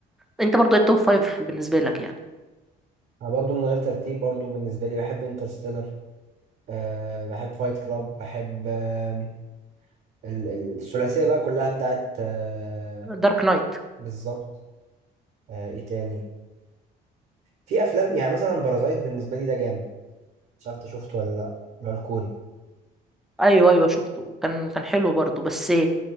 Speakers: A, in the centre; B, on the right.
A: انت برضو ايه التوب فايف بالنسبه لك يعني
B: انا برضو من غير ترتيب برضو بالنسبة لي بحب انترستيلر أه بحب فايت كلاب بحب أه ال- ال- الثلاثية بقى كلها بتاعت أه
A: دارك نايت
B: بالظبط أه ايه تاني في افلام يعني مثلا بارازايت بالنسبة لي ده جامد مش عارف انت شفته ولا لا اللي هو الكوري
A: ايوه ايوه شفته كان كان حلو برضو بس